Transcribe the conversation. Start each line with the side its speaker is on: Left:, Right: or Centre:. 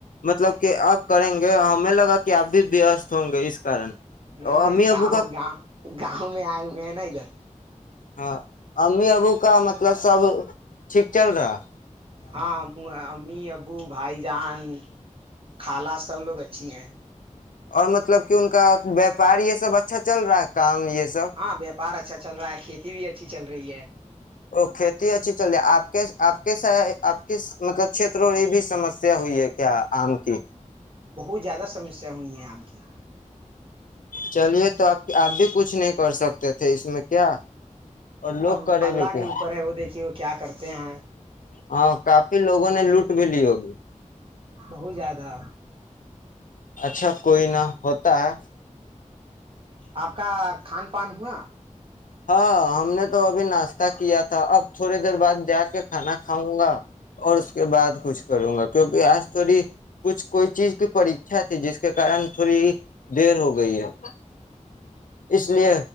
Left: مطلب کہ آپ کریں گے ہمیں لگا تو کہ اب بھی وست ہوں گے اس کارن
Right: نہیں
Left: اور امی
Right: نہیں
Left: ابو
Right: گاؤں
Left: کا
Right: گاؤں گاؤں میں آئے ہوئے ہیں نا ادھر
Left: ہاں امی ابو کا مطلب سب ٹھیک چل رہا ہے
Right: ہاں ابو بھائی جان خالہ سب لوگ اچھی ہیں
Left: اور مطلب کہ ان کا ویاپار یہ سب اچھا چل رہا ہے کام یہ سب
Right: ہاں ویاپار اچھا چل رہا ہے کھیتی بھی اچھی چل رہی ہے
Left: اور کھیتی اچھی چل رہی ہے آپ کے س آپ کے مطلب چھیتروں کی بھی سمسیا ہوئی ہے کیا آم کی
Right: بت بہت زیادہ سمسیا ہوئی ہیں آم کی
Left: چلیے تو آپ آپ بھی کچھ نہیں کر سکتے تھے اس میں کیا اور لوگ
Right: اب
Left: کرے
Right: اللہ
Left: بھی کیا
Right: کے اوپر ہے وہ دیکھیے وہ کیا کرتا تے ہیں
Left: ہاں کافی لوگوں نے لوٹ بھی لی ہوگی
Right: بہت زیادہ
Left: اچھا کوئی نہ ہوتا ہے
Right: آپ کا کھان پان ہوا
Left: ہاں ہم نے تو ابھی ناشتہ کیا تھا اب تھوڑی دیر بعد جا کے کھانا کھاؤں گا اور اس کے بعد کچھ کروں گا کیونکہ آج تھوڑی کچھ کوئی چیز کی پریھا تھی جس کے کارن تھوڑی دیر ہو گئی ہے اس لیے